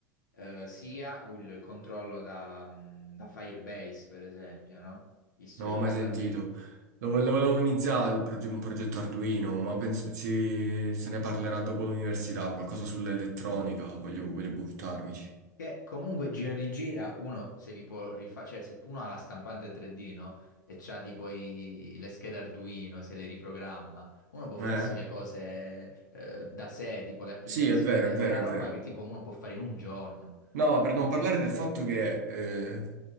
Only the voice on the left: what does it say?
eh, sia il controllo da, mh, da Firebase, per esempio, no? Visto
i
Mhm.
database.
Che comunque gira rigira, uno se li può rifare, cioè se uno ha la stampante 3D, no? E c'ha tipo i- le schede Arduino e se le riprogramma, uno può farsi
le cose eh, da sé, tipo le applicazioni.
È
è una roba
che tipo uno può fare in un giorno.